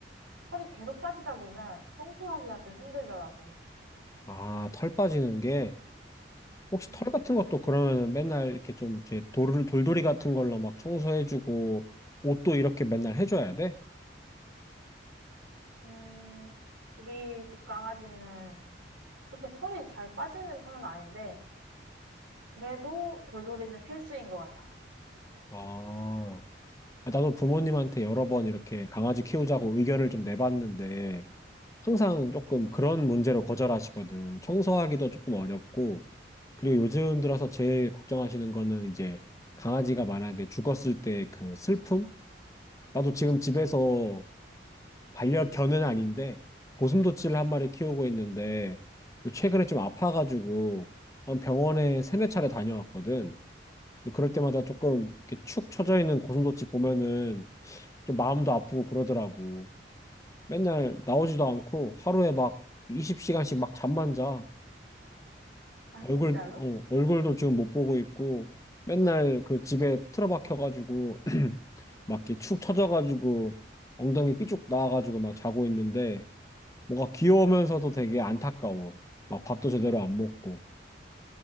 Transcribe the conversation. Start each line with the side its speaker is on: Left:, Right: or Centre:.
Right: 털이 계속 빠지다 보면 청소하기가 좀 힘들더라고.
Left: 아, 털 빠지는 게 혹시
Right: 음,
Left: 털 같은 것도 그러면은 맨날 이렇게 좀 이렇게 돌 돌돌이 같은 걸로 막 청소해주고 옷도 이렇게 맨날 해줘야 돼?
Right: 음, 우리 집 강아지는 그렇게 털이 잘 빠지는 편은 아닌데, 그래도 돌돌이는 필수인 것 같아.
Left: 아, 아, 나도 부모님한테 여러 번 이렇게 강아지 키우자고 의견을 좀 내봤는데 항상 조금 그런 문제로 거절하시거든. 청소하기도 조금 어렵고, 그리고 요즘 들어서 제일 걱정하시는 거는 이제 강아지가 만약에 죽었을 때 그 슬픔? 나도 지금 집에서 반려견은 아닌데, 고슴도치를 한 마리 키우고 있는데, 최근에 좀 아파가지고 한 병원에 세네 차례 다녀왔거든. 근데 그럴 때마다 조금
Right: 응.
Left: 이렇게 축 처져 있는 고슴도치 보면은 좀 마음도 아프고 그러더라고. 맨날 나오지도 않고 하루에 막 20시간씩 막 잠만 자.
Right: 아,
Left: 얼굴,
Right: 진짜로?
Left: 어, 얼굴도 지금 못 보고 있고 맨날 그 집에 틀어박혀가지고 <clears throat> 막 이렇게 축 처져가지고 엉덩이 삐쭉 나와가지고 막 자고 있는데 뭔가 귀여우면서도
Right: 음.
Left: 되게 안타까워. 막 밥도 제대로 안 먹고.